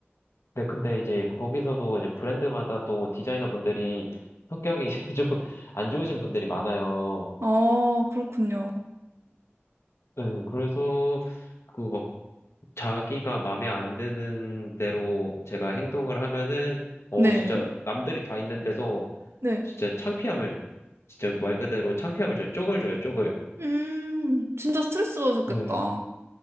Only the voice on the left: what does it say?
네, 근데 이제 거기서도 이제 브랜드마다 또 디자이너분들이 성격이 <laughs> 좀 안 좋으신 분들이 많아요.
네, 그래서 그 막 자기가 마음에 안 드는 대로 제가 행동을 하면은 어
진짜 남들이 다 있는 데서
진짜 창피함을 진짜 말 그대로 창피함을 줘요. 쪽을 줘요, 쪽을.
네.